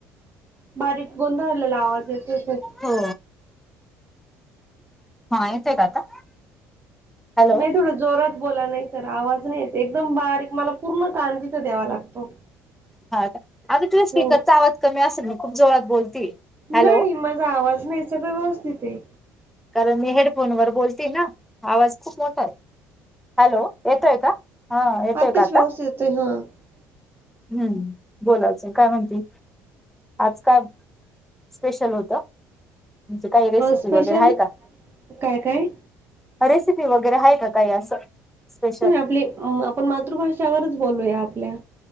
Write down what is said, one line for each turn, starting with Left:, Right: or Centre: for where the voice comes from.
Right: बारीक गोंधळलेला आवाज येतोय खूप.
Centre: हो, हा येतोय का आता? हॅलो
Right: नाय थोड जोरात बोला नाय तर आवाज नाय येते एकदम बारीक मला पूर्ण कांन तीथ द्यावा लागतो.
Centre: हा अग तुज्या स्पीकरचा
Right: हो
Centre: आवाज कमी असेल मी खूप जोरात बोलती. हॅलो
Right: नाही माझा आवाज नाईच सगळं व्यवस्थित ए.
Centre: कारण मी हेडफोन वर बोलते ना आवाज खूप मोठा आय. हॅलो येतोय का हा येतोय
Right: आत्ताच
Centre: का आता?
Right: व्यवस्थित येतोय हा
Centre: हम्म, बोलाचं काय म्हणती आज काय स्पेशल होत तुमच काय रेसिपी
Right: स्पेशल
Centre: वगैरे हाय
Right: काय काय?
Centre: रेसिपी वगैरे हाय का काय असं? स्पेशल
Right: आपली आपण मातृभाशावरच बोलूया आपल्या.